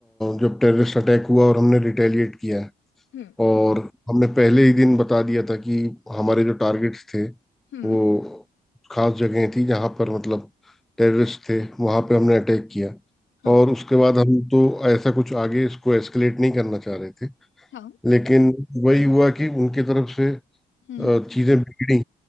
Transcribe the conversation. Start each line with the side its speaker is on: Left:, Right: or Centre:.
Centre: जब टेररिस्ट अटैक हुआ और हमने रिटेलिएट किया
Left: हम्म
Centre: और हमने पहले ही दिन बता दिया था कि हमारे जो टारगेट्स थे
Left: हम्म
Centre: वो खास जगह थी जहाँ पर मतलब टेररिस्ट थे वहाँ पे हमने अटैक किया
Left: हाँ
Centre: और उसके बाद हम तो ऐसा कुछ आगे इसको एस्केलेट नहीं करना चाह रहे थे
Left: हाँ
Centre: लेकिन वही हुआ कि उनकी तरफ से अ,
Left: हम्म
Centre: चीजें बिगड़ी